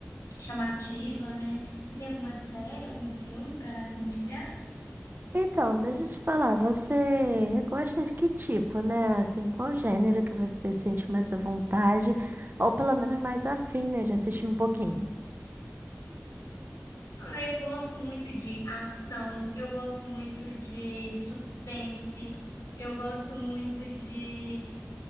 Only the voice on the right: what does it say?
Então, deixa eu te falar, você gosta de que tipo, né? Assim, qual gênero que você sente mais à vontade, ou pelo menos mais afim, né, de assistir um pouquinho?